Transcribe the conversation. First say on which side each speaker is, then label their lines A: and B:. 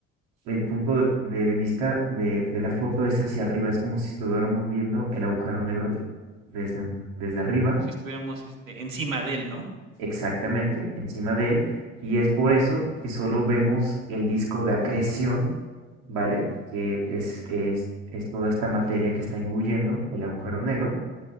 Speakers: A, on the right (about 65°); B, on the right (about 85°).
A: el punto de, de vista de, de la foto es hacia arriba, es como si estuviéramos viendo el agujero negro de- desde, un- desde arriba,
B: Como si estuviéramos este, encima de él, ¿no?
A: exactamente, encima de él, y es por eso que solo vemos el disco de acreción, ¿vale? Que es, es, es toda esta materia que está engullendo el agujero negro.